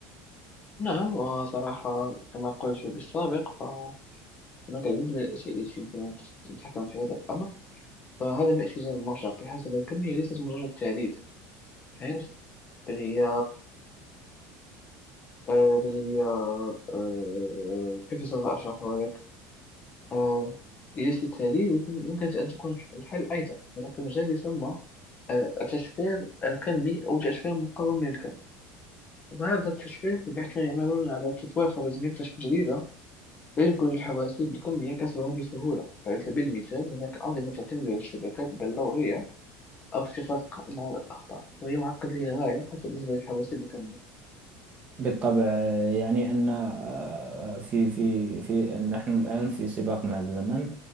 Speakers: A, on the left; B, on the right.
A: نعم وصراحة كما قلت بالسابق فهناك العديد من الأشياء التي يمكن أن تتحكم في هذا الأمر فهذا ما اسمه زي المرشق بحسب الكمية ليست مجرد تعديد فهمت؟ بل هي آه، بل هي آه، كيف سوف أشرحها آه، يجلس التالي يمكن يمكن أن تكون الحل أيضا هناك مجال يسمى آه، التشفير الكمي أو تشفير مقاوم للكم فهذا التشفير الباحثون يعملون على تطوير خوارزمية تشفير جديدة لا يمكن للحواسيب الكمية كسرها بسهولة على سبيل المثال هناك أنظمة تعتمد على الشبكات البلورية أو اختصاص مع الأخطاء وهي معقدة للغاية حتى بالنسبة للحواسيب الكمية
B: بالطبع آه، يعني أن آه، في في في نحن الآن في سباق مع الزمن